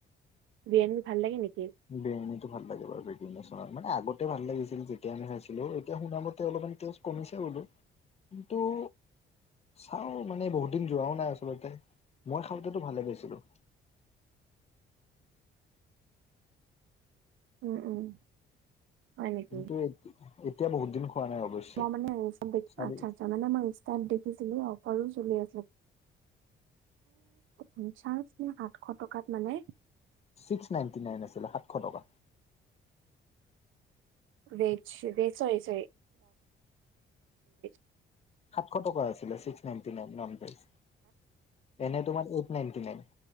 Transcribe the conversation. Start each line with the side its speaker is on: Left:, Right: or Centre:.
Right: বিৰীয়ানীটো ভাল লাগে নেকি?
Left: বিৰিয়ানী ভাল লাগে বাৰু মানে আগতে ভাল লাগিছিল, যেতিয়া আমি খাইছিলোঁ, এতি শুনাামতে অলপমান কমিছে বোলো। কিন্তু, চাওঁ, মানে বহুত দিন যোৱাও নাই আচলতে, মই খাওঁতেটো ভালে পাইছিলোঁ।
Right: উম উম, হয় নেকি
Left: কিন্তু, এতি এতিয়া বহুত দিন খোৱা নাই অৱশ্যে,
Right: মই মানে ইনষ্টাত দেখি
Left: চাৰি
Right: আচ্ছা আচ্ছা মানে মই ইনষ্টাট দেখিছিলোঁ, অফাৰো চলি আছিল। পঞ্চাশ নে আাতশ টকাত মানে
Left: ছিক্স নাইনটি নাইন আছিলে সাতশ টকা।
Right: ভেজ ভেজ চছেজ <inaudible>
Left: সাতশ টকা আছিলে ছিক্স নাইনটি নাইন, এনে ভেজ এনে তোমাৰ এইট নাইনটি নাইন।